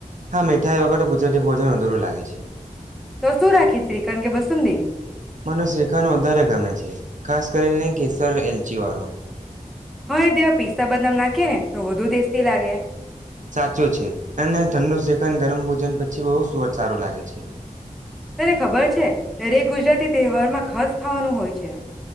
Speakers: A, on the right; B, in the centre.
A: હા મીઠાઈ વગટ ગુજરાતી ભોજન આ ધૂર લાગે છે.
B: તો શું રાખીએ શ્રીખંડ કે બસુંદી
A: મનો શ્રીખંડ વધારે ગમે છે ખાસ કરીને કેસર એ. જીવરો.
B: હા એ દેવા પિસ્તા બદલામ નાખીએ ને. તો વધુ ટેસ્ટી લાગે.
A: સાચો છે અને ઠંડો શ. ન ગરમ ભોજન પછી બહુ સુ સારો લાગે છે.
B: તને ખબર છે દરેક ગુજરાતી. તહેવારમાં ખાસ ખાવાનું હોય છે.